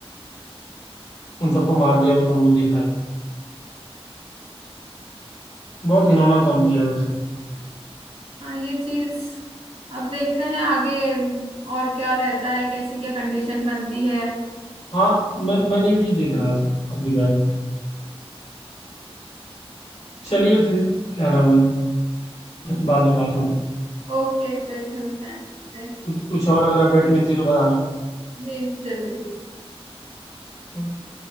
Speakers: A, on the left (about 85°); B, on the right (about 75°).
A: उन सबको मार दिया वो तो हम लोग देखा है बहुत घिनौना काम किया वैसे
B: हाँ ये चीज अब देखते हैं आगे और क्या रहता है कैसी क्या कंडीशन बनती है
A: हाँ मैं मैं न्यूज ही देख रहा था अभी बैठ के चलिए फिर क्या नाम है बाद में बात होगी
B: ओके फिर मिलते हैं
A: कुछ कुछ और अगर अपडेट मिलती है तो बताना
B: जी जरूर
A: ओके।